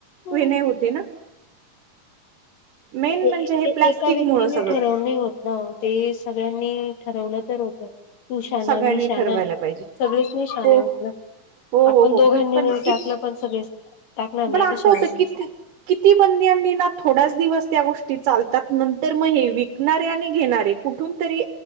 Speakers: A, on the left (about 85°); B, on the right (about 75°).
A: हम्म
B: हे नाही होती ना मेन
A: ते
B: म्हणजे हे
A: ते
B: प्लास्टिक
A: एका व्यक्तीने
B: मुळ सगळं
A: ठरवणे हो हो ते सगळ्यांनी ठरवलं तर होतं तू शाना
B: सगळ्यांनी
A: मी शाना
B: ठरवायला पाहिजे
A: सगळेच मी शाने
B: हो
A: होतलं
B: हो हो
A: आपण
B: हो
A: दोघांनी
B: पण
A: नाही
B: कि
A: टाकलं पण सगळे टाकणार नाही
B: पण असं
A: ए शेवाट
B: होतं किती किती बंदी आणली ना थोड्याच दिवस त्या गोष्टी चालतात नंतर मग हे विकणारे आणि घेणारे. कुठून तरी